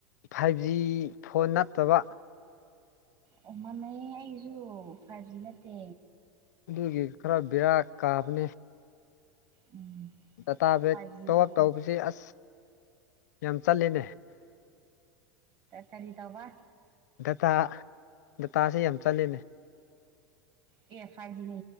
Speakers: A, on the left; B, on the right.
A: ꯐꯥꯏꯚ ꯖꯤ ꯐꯣꯟ ꯅꯠꯇꯕ
B: ꯑꯣ ꯃꯥꯟꯅꯩ ꯑꯩꯁꯨ ꯐꯥꯏꯚ ꯖꯤ ꯅꯠꯇꯦ
A: ꯑꯗꯨꯒꯤ ꯈꯔ ꯕꯤꯦꯔꯥ ꯀꯥꯕꯅꯤ
B: ꯎꯝ
A: ꯗꯇꯥ ꯕꯦꯦꯛ
B: ꯐꯥꯏꯚ ꯖꯤ
A: ꯇꯣ ꯑꯞ ꯇꯧꯕꯁꯤ ꯑꯁ ꯌꯥꯝ ꯆꯠꯂꯅꯦ
B: ꯀꯔꯤꯗ ꯋꯥ
A: ꯗꯇꯥ ꯗꯇꯥꯁꯤ ꯌꯥꯝ ꯆꯠꯅꯦ
B: ꯑꯦ ꯐꯥꯏꯚ ꯖꯤꯅꯦ